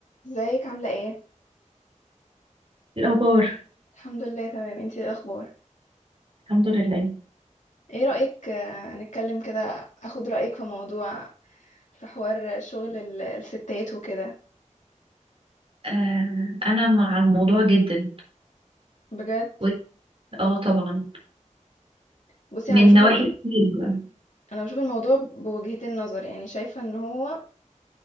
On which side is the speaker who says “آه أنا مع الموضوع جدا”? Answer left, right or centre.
Right